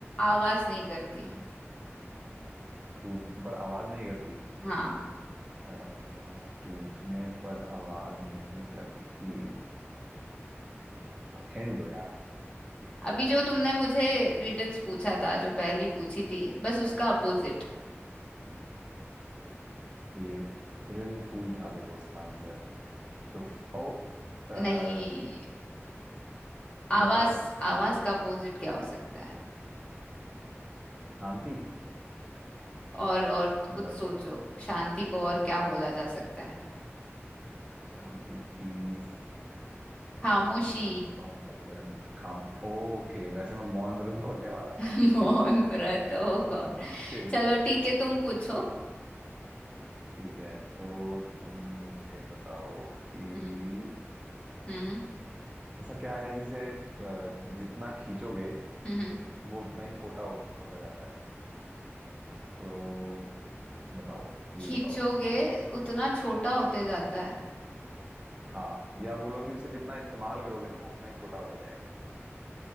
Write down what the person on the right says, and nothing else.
हम्म। टूटने पर आवाज नहीं करती
अ, टूटने पर आवाज नहीं करती हिंड दो यार
ये अप्रैल फूल था देखो उसका आंसर तो ओ अ,
यार जो
शांति
मतलब
अ,
शांति पीस
अम, और क्या बोला था? खाम ओके वैसे मैं मोहन व्रत <laughs> बोलने वाला
था
<laughs>
ओके
ठीक है तो तुम मुझे बताओ कि
ऐसा क्या है जिसे अ, जितना खींचोगे
वो उतना ही छोटा हो, होता जाता है तो बताओ यही
बताओ
हाँ या बोलो कि उसे जितना इस्तेमाल करोगे ना वो उतना ही छोटा होता जाएगा